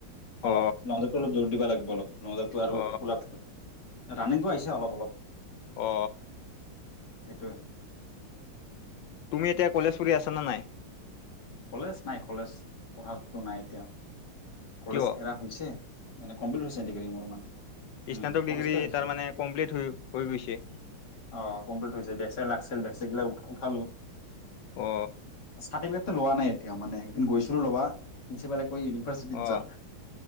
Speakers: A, on the left; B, on the left.
A: অ
B: অলপ, নহলে তো অলপ জোৰ দিব লাগে। বলক। নদতো আৰু
A: অ
B: পুল আপটো ৰানিংটো আহিছে অলপ অলপ।
A: অ।
B: সেইটোৱে।
A: তুমি এতিয়া কলেজ পঢ়ি আছা নে নাই?
B: কলেজ নাই, কলেজ পঢ়াতো নাই এতিয়া। কলেজ
A: কিয়
B: এৰা হৈছে, মানে কম্প্লীত হৈছে ডিগ্ৰী মোৰ মানে, উম
A: স্নাতক ডিগ্ৰী
B: হৈছে ত হৈছে,
A: তাৰ মানে কমপ্লিট হৈ হৈ গৈছে
B: অ কম্পলিত হৈছে বেক চেক লাগছিল, বেক চেক গিলা উঠা খালোঁ।
A: অ
B: চাৰ্টিফিকেট লোৱা নাই এতিয়া মানে, একদিন গৈছিলো লবা, প্ৰিন্সিপালে কৈ উনি ফচ বিজজা
A: অ